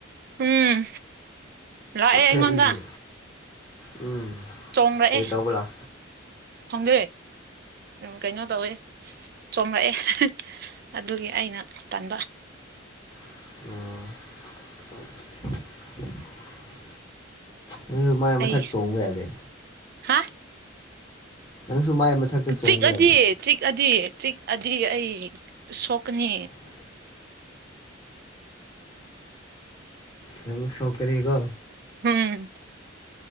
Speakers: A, on the right; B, on the left.
A: ꯎꯝ ꯂꯥꯛꯑꯦ ꯑꯩꯉꯣꯟꯗ
B: ꯀꯩꯒꯤ ꯎꯝ
A: ꯆꯣꯡꯡꯂꯛꯑꯦ
B: ꯀꯩ ꯇꯧꯕ ꯂꯥꯎ
A: ꯈꯪꯗꯩ ꯀꯩꯅꯣ ꯇꯧꯋꯦ ꯆꯣꯔꯛꯑꯦ ꯑꯗꯨꯒꯤ ꯑꯩꯅ ꯇꯟꯕ
B: ꯑꯣ ꯅꯁꯨ ꯃꯥꯏ ꯃꯊꯛ
A: ꯑꯩ
B: ꯆꯣꯡꯕ ꯌꯥꯗꯦ
A: ꯍꯥ
B: ꯅꯪꯁꯨ ꯃꯥꯏ ꯃꯊꯛꯇ ꯆꯣꯡꯕ
A: ꯆꯤꯛꯑꯗꯤ
B: ꯌꯥꯗꯦ
A: ꯆꯤꯛꯑꯗꯤ ꯆꯤꯛꯑꯗꯤ ꯑꯩ ꯁꯣꯛꯀꯅꯤ
B: <inaudible> <inaudible> ꯅ ꯁꯧꯀꯅꯤꯀꯣ
A: ꯎꯝ